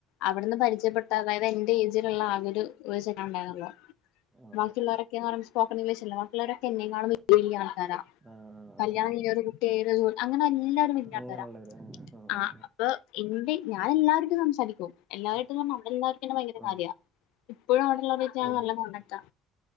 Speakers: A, on the left; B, on the right.
A: അവിടുന്ന് പരിചയപ്പെട്ട അതായത് എന്റെ ഏജിലുള്ള ആ ഒരു ഒരു <unintelligible> ഉണ്ടായിരുന്നൊള്ളു.
B: ആ ആ
A: ബാക്കിള്ളവരൊക്കെ ന്ന് പറയുമ്പം സ്പോക്കണിഗ്ലീഷല്ലെ ബാക്കിള്ളോരൊക്കെ എന്നെക്കാളും വലിയ വലിയ ആൾക്കാരാ.
B: ആ
A: കല്യാണംകഴിഞ്ഞ്
B: ആ ആ
A: ഒരു കുട്ടിയായോരും അങ്ങനെ എല്ലാരും വല്ല്യആൾക്കാരാ.
B: അങ്ങനെയുള്ളവര് ആ
A: ആഹ്
B: ആ
A: അപ്പ ഇണ്ട് ഞാനെല്ലാരു ആയ്റ്റും സംസാരി ക്കും. എല്ലാരു ആയ്റ്റുംന്ന് പർഞാ അവിടെള്ളെല്ലാർക്കും ഇന്നെ ഭയങ്കര
B: ആ ആ
A: കാര്യാ. ഇപ്പഴും അവ്ടെള്ളോരെയ്റ്റ് ഞാൻ
B: ആ ഓ
A: നല്ല കോൺടാക്റ്റാ.